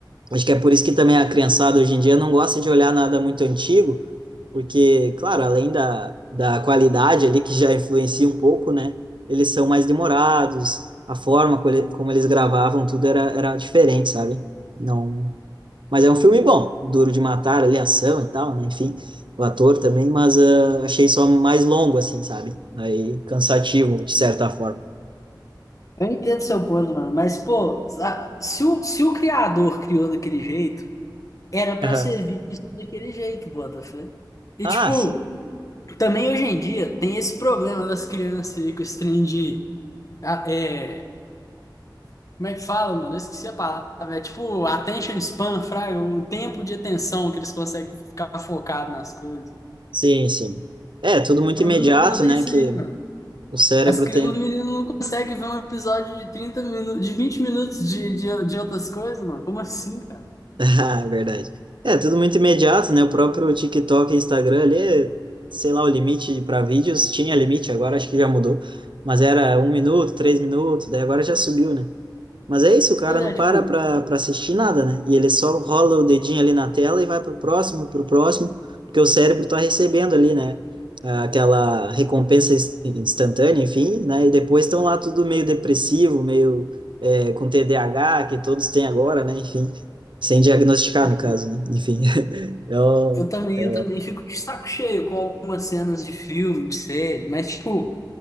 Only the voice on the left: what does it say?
Eu entendo seu ponto, mano, mas, pô, sa- se o, se o criador criou daquele jeito, era pra
ser visto daquele jeito, Botafé. E,
tipo,
também hoje em dia tem esse problema das crianças aí com esse trem de. ah, É, como é que fala, mano? Eu esqueci a palavra. É tipo, attention span, fraga, o tempo de atenção que eles conseguem ficar focado nas coisas. O
problema
todo
é isso
aí, mano.
As, cri-
os meninos não conseguem ver um episódio de 30 minutos, de 20 minutos de, de, de outras coisas, mano. Como assim, cara?
Pois
é,
tipo,
é,
tipo,
eu também,
eu também fico de saco cheio com algumas cenas de filme, de série, mas, tipo,